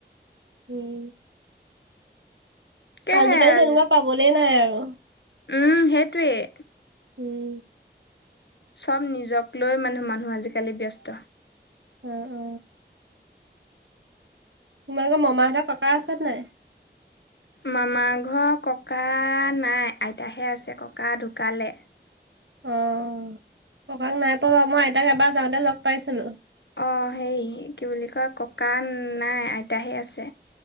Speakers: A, on the right; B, on the left.
A: উম,
B: তাকেহে
A: আজিকালি তেনেকুৱা পাবলে নাই আৰু
B: উম, সেইটোৱেই।
A: উম।
B: চব নিজক লৈ মানে মানুহ আজিকালি ব্যস্ত।
A: অ অ তোমালোকৰ মামাহঁতৰ ক'কা আছে নে নাই?
B: মামাৰ ঘৰ ককা নাই আইতাহে আছে ককা ঢুকালে।
A: অ', ককাক নাই পোৱা বাৰু মই আইতাক এবাৰ যাওঁতে লগ পাইছিলো।
B: অ', হেই কি বুলি কয় ককাঁ নাই আইতাহে আছে।